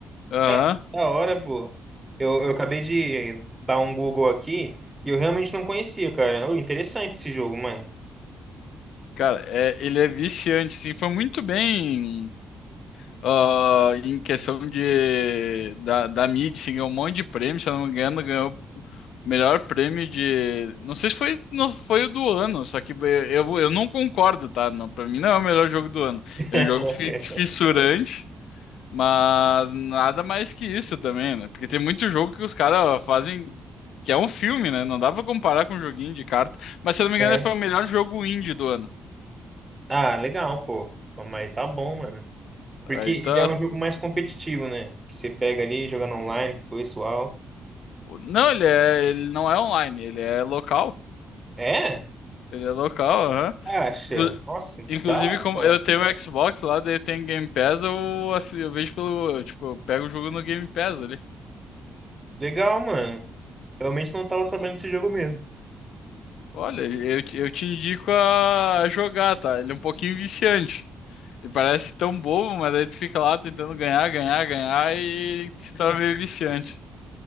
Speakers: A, on the left (about 80°); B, on the right (about 20°).
A: Aham.
B: Tá, da hora, pô. Eu, eu acabei de dar um Google aqui e eu realmente não conhecia, cara. Ô, interessante esse jogo, mano.
A: Cara, é, ele é viciante, sim. Foi muito bem, ah, em questão de, da, da mídia, assim, ganhou um monte de prêmio, se eu não me engano, ganhou Melhor prêmio de. Não sei se foi, não, foi o do ano, só que eu, eu não concordo, tá? Não, pra mim não é o melhor jogo do ano.
B: <laughs>
A: É um jogo fi- fissurante, mas nada mais que isso também, né? Porque tem muito jogo que os caras fazem. Que é um filme, né? Não dá pra comparar com um joguinho de carta. Mas se eu não me
B: Uhum.
A: engano, foi o melhor jogo indie do ano.
B: Ah, legal, pô. Pô, Mas tá bom, mano. Porque
A: Aí tá.
B: ele é um jogo mais competitivo, né? Que você pega ali, jogando online com o pessoal.
A: Não, ele é, ele não é online, ele é local.
B: É?
A: Ele é local, aham.
B: Acha?
A: Inclu-
B: Nossa,
A: Inclusive,
B: dá então.
A: como eu tenho o Xbox lá, daí tem Game Pass, eu, assi- eu vejo pelo. eu, tipo, eu pego o jogo no Game Pass ali.
B: Legal, mano. Realmente não tava sabendo desse jogo mesmo.
A: Olha, eu, te- eu te indico a jogar, tá? Ele é um pouquinho viciante. Ele parece tão bobo, mas aí tu fica lá tentando ganhar, ganhar, ganhar e se torna meio viciante.